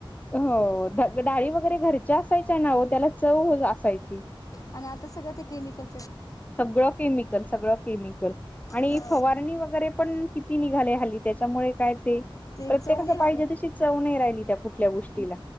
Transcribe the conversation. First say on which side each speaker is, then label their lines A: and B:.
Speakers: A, on the left; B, on the left.
A: हो ध डाळी वगैरे घरच्या असायच्या ना ओ. त्याला चव असायची.
B: आणि आता सगळ ते केमिकल
A: सगळं केमिकल, सगळं केमिकल आणि
B: हा
A: फवारणी वगैरे पण किती निघाले हल्ली त्याच्यामुळे काय ते
B: ते
A: प्रत्येक
B: चव
A: असं
B: नाही लागत
A: पाहिजे तशी चव नाही राहिली त्या कुठल्या गोष्टीला.